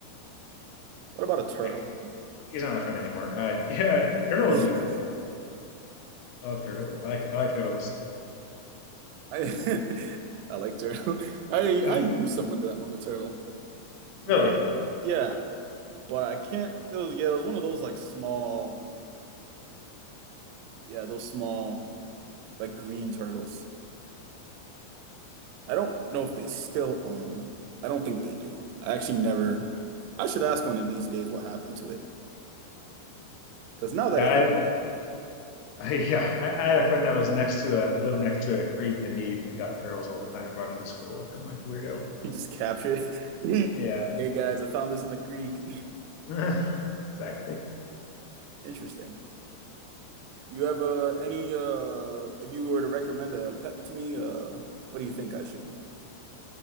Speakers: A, on the right; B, on the left.
A: What about a turtle?
B: Yeah, He's he's not my friend anymore. Uh, <laughs> yeah, turtle would
A: <laughs>
B: be cool. I love turtle. I like I like turtles.
A: I <laughs> I like turtle. <laughs> I
B: <laughs>
A: I knew someone that owned a turtle, but
B: really.
A: yeah, but I can't. It was yeah, it was one of those like small, yeah, those small like green turtles. I don't know if they still own. I don't think they do. I actually never. I should ask one of these days what happened to it. Because now that
B: Yeah,
A: I think
B: I, I, yeah, I, I had a friend that was next to a lived next to a creek, and he got turtles all the time and brought them to school with him like a weirdo.
A: he <laughs> just captured it.
B: Yeah,
A: <laughs> Hey guys, I found this in the creek. <laughs>
B: <laughs> exactly.
A: Interesting. You have uh, any uh if you were to recommend a pet to me, uh what do you think I should?